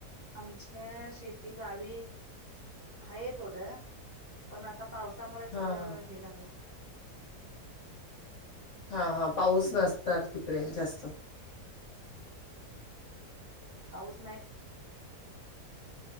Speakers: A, on the right; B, on the left.
A: आमच्या शेती गावी आहे थोडं पण आता पावसामुळे सगळं
B: हां, हां.
A: हे झालं
B: हा हा पाऊस नसणार तिकडे जास्त,
A: पाऊस नाही.